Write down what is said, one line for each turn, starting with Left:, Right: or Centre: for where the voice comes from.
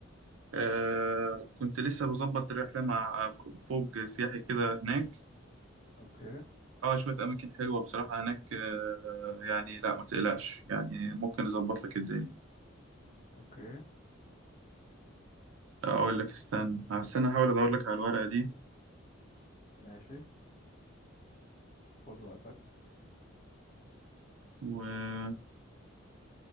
Right: آه كنت لسه بظبط رحله مع فوج سياحي كده هناك
Left: اوكي
Right: اه شويه اماكن حلوه بصراحه هناك آه يعني لا ما تقلقش يعني ممكن نظبط لك الدنيا
Left: اوكي
Right: اقول لك استنى استنى احاول ادور لك على الورقه دي
Left: ماشي خد وقتك
Right: و